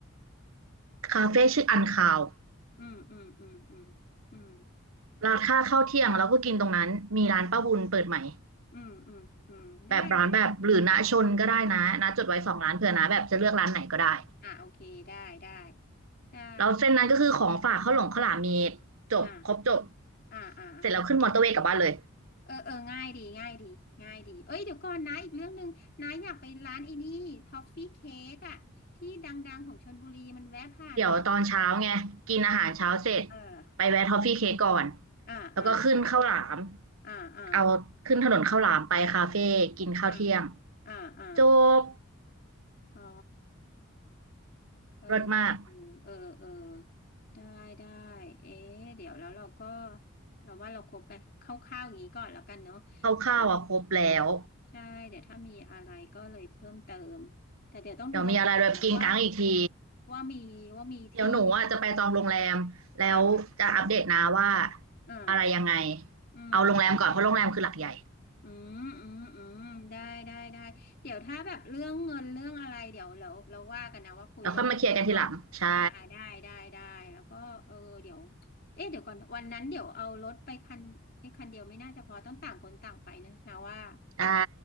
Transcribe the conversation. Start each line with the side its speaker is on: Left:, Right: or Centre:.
Right: คาเฟ่ชื่ออันคาว
Left: อืมอืมอืมอืมอืม
Right: ราคาข้าวเที่ยงเราก็กินตรงนั้นมีร้านป้าบุญเปิดใหม่
Left: อืมอืมอืมอืมได้ได้
Right: แบบร้านแบบหรือณชนก็ได้นะนะจดไว้สองร้านเผื่อนะแบบจะเลือกร้านไหนก็ได้
Left: อ่ะโอเคได้ได้ได้
Right: แล้วเส้นนั้นก็คือของฝากข้าวหลงข้าวหลามมีจบครบจบ
Left: อ่ะอ่ะอ่ะโอเค
Right: เสร็จแล้วขึ้นมอเตอร์เวย์กลับบ้านเลย
Left: เออเออง่ายดีง่ายดีง่ายดีเอ้ยเดี๋ยวก่อนนะอีกเรื่องหนึ่งนะอยากไปร้านไอ้นี่ท็อฟฟี่เค้กอะที่ดังๆของชลบุรีมันแวะผ่านมา
Right: เดี๋ยวตอนเช้าไงกินอาหารเช้าเสร็จ
Left: เออ
Right: ไปแวะทอฟฟี่เค้กก่อน
Left: อ่าอ่า
Right: แล้วก็ขึ้นข้าวหลาม
Left: อ่าอ่า
Right: เอาขึ้นถนนข้าวหลามไปคาเฟ่กินข้าวเที่ยง
Left: อ่าอ่าอ่า
Right: จบ
Left: อ๋อเออ
Right: รสมาก
Left: เออเออ เออ ได้ได้เอ๊ะเดี๋ยวแล้วเราก็เราว่าเราครบไปคร่าวๆอย่างนี้ก่อนแล้วกันเนาะ เดี๋ยว
Right: ข้าวๆอ่ะครบแล้ว
Left: ใช่ เดี๋ยวถ้ามีอะไรก็เลยเพิ่มเติม แต่เดี๋ยวต้องดูโรงแรมก่อนนะว่า
Right: เดี๋ยวมีอะไรแบบกินกลางอีกที
Left: ว่ามีว่ามีที่
Right: เดี๋ยวหนูอ่ะจะไปจองโรงแรมแล้วจะอัปเดตนะว่า
Left: อ่ะอ่ะอ่ะ
Right: อะไรยังไง
Left: อืม
Right: เอาโรงแรมก่อนเพราะโรงแรมคือหลักใหญ่
Left: อืมอืมอืมได้ได้ได้เดี๋ยวถ้าแบบเรื่องเงินเรื่องอะไรเดี๋ยวเราเราว่ากันนะว่าคุยแล้วพอ
Right: แล้วค่อยมาเคลียร์กันทีหลังใช่
Left: อ่าอ่าได้ได้ได้แล้วก็เออเดี๋ยวเอ๊ะเดี๋ยวก่อนวันนั้นเดี๋ยวเอารถไปคันไอ้ยคันเดียวไม่น่าจะพอต้องต่างคนต่างไปนะนะว่า
Right: ใช่